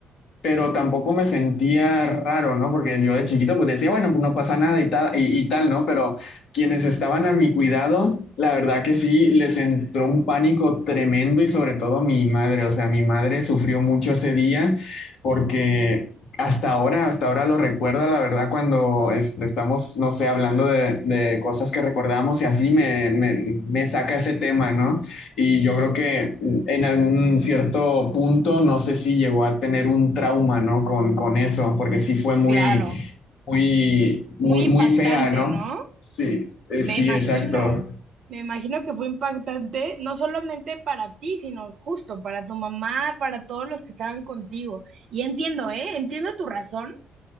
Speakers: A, on the left (about 65°); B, on the right (about 60°).
A: pero tampoco me sentía raro, ¿no? Porque yo de chiquito pues decía, bueno, pues no pasa nada y tal, y, y tal, ¿no? Pero quienes estaban a mi cuidado, la verdad que sí, les entró un pánico tremendo y sobre todo mi madre, o sea, mi madre sufrió mucho ese día porque... Hasta ahora, hasta ahora lo recuerda, la verdad, cuando este, estamos, no sé, hablando de, de cosas que recordamos y así me, me, me saca ese tema, ¿no? Y yo creo que en algún cierto punto, no sé si llegó a tener un trauma, ¿no? Con, con eso, porque sí fue muy,
B: Claro,
A: muy, muy,
B: muy
A: muy
B: impactante,
A: fea, ¿no?
B: ¿no?
A: Sí, eh,
B: Me
A: sí,
B: imagino,
A: exacto.
B: me imagino que fue impactante, no solamente para ti, sino justo para tu mamá, para todos los que estaban contigo. Y entiendo, ¿eh? Entiendo tu razón,